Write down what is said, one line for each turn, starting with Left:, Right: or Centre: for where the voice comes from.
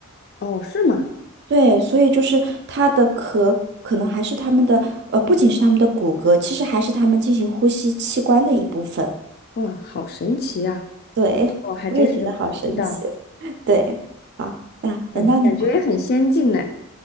Left: 哦，是吗？
Right: 对，所以就是它的壳可能还是它们的，呃，不仅是它们的骨骼，其实还是它们进行呼吸器官的一部分。
Left: 哇，好神奇呀、
Right: 对，
Left: 我还真是不知道，
Right: 我也觉得好神奇。对，好，那轮到你了。
Left: 感感觉也很先进呢。